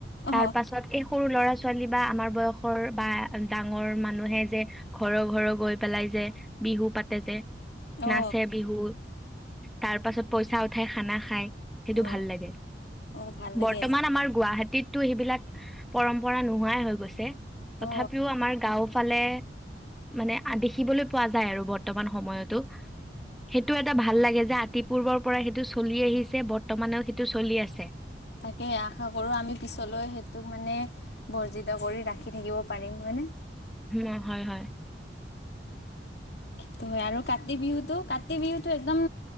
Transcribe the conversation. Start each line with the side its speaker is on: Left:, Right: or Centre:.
Left: অ
Centre: তাৰ পাছত এই সৰু ল'ৰা ছ ছোৱালী বা আমাৰ বয়সৰ বা ডাঙৰ মানুহে যে ঘৰ ঘৰ গৈ পেলাই যে বিহু পাতে যে
Left: অ
Centre: নাচে বিহু তাৰ পাছত পইচা উঠাই খানা খাই। সেইটো
Left: অ
Centre: ভাল লাগে,
Left: অ ভাল লাগে
Centre: বৰ্তমান আমাৰ গুৱাহাটীতো সেইবিলাক পৰম্পৰা নোহোৱাই হৈ গৈছে
Left: অ
Centre: তথাপিও আমাৰ গাও ফালে মানে দেখিবলৈ পোৱা যায় আৰু বৰ্তমান সময়তো, সেইটো টা ভাল লাগে যে আতি পূৰ্বৰ পৰা সেইটো চলি আহিছে বৰ্তমানেও সেইটো চলি আছে।
Left: তাকে আশা কৰো আমি পিছলৈ সেইটোক মানে বৰ্জিত কৰি ৰাখি থাকিব পাৰিম হয় নে?
Centre: অ হয় হয়।
Left: সেটো হয় আৰু কাতি বিহুতটো কাতি বিহুতটো একদম